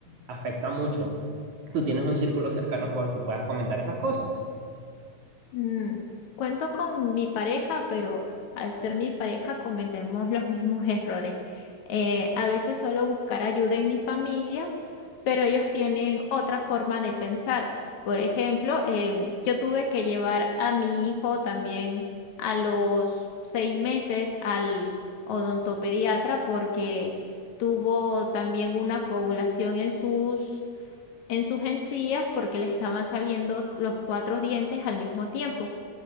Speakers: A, on the right; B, on the left.
A: afecta mucho. ¿Tú tienes un círculo cercano con el que puedas comentar esas cosas?
B: Mm, cuento con mi pareja, pero al ser mi pareja cometemos <laughs> los mismos errores. Eh, a veces suelo buscar ayuda en mi familia, pero ellos tienen otra forma de pensar. Por ejemplo, em, yo tuve que llevar a mi hijo también a los seis meses al odontopediatra porque tuvo también una coagulación en sus, en sus encías porque le estaban saliendo los cuatro dientes al mismo tiempo.